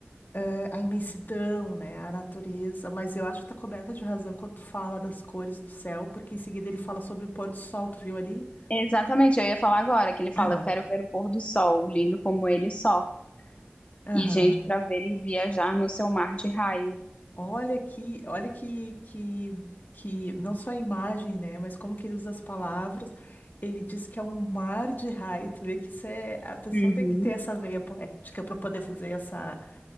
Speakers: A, on the left; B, on the left.
A: eh, a imensidão, né? A natureza. Mas eu acho que tá coberta de razão quando tu fala das cores do céu, porque em seguida ele fala sobre o pôr do sol, tu viu ali?
B: Exatamente, eu ia falar agora, que ele fala:
A: Aham,
B: Eu quero ver o pôr do sol, lindo como ele só,
A: aham.
B: e gente para ver e viajar no seu mar de raio.
A: Olha que, olha que, que, que não só a imagem, né, mas como que ele usa as palavras. Ele diz que é um mar de raio. Tu vê que isso é, a pessoa
B: Uhum.
A: tem que ter essa veia poética para poder fazer essa,